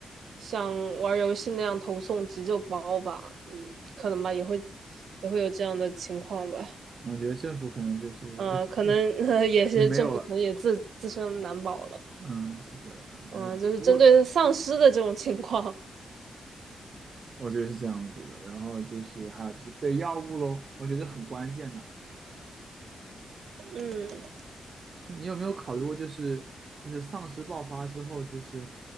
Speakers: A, on the right; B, on the right.
A: 像玩儿游戏那样投送急救包吧，嗯，可能吧，也会也会有这样的情况吧。
B: 我觉得政府可能就是
A: 呃，可能 <laughs>、呃、也是政府可能也自自身难保了。
B: <laughs> 也没有了，嗯，是的，
A: 嗯、
B: 那不过
A: 呃就是针对丧尸的这种情况。
B: 我觉得是这样子的。然后就是还有就是对药物喽，我觉得很关键的。
A: 嗯，
B: 你有没有考虑过，就是就是丧尸爆发之后，就是